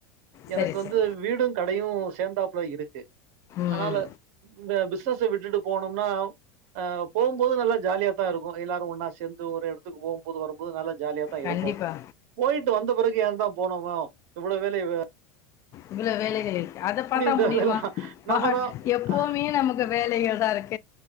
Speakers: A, on the right (about 65°); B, on the left (about 35°).
A: எனக்
B: சரி
A: வந்து
B: சரி
A: வீடு கடயு சேந்தாப்புல இருக்கு அதனால
B: ம்
A: இந்த பிஸ்னஸ விட்டுட்டு போனோம்னா அ போம்போது நல்லா ஜாலியா தா இருக்கு எல்லாரு ஒன்னா சேந்து ஒரு எடத்துக் போம்போது வரும்போது நல்லா ஜாலியா தா இருக்கு
B: கண்டிப்பா
A: போயிட்டு வந்த பெறகு ஏ தா போனோமோ இவ்ளோ வேலய வெ
B: இவ்ளோ வேலைகள் இருக்கு அத பாத்தா
A: இந்த
B: முடியுமா
A: வேலைலாம்
B: வா
A: நம்ம தான்
B: எப்பவுமே
A: அ.
B: நமக்கு வேலைகள் தாருக்கு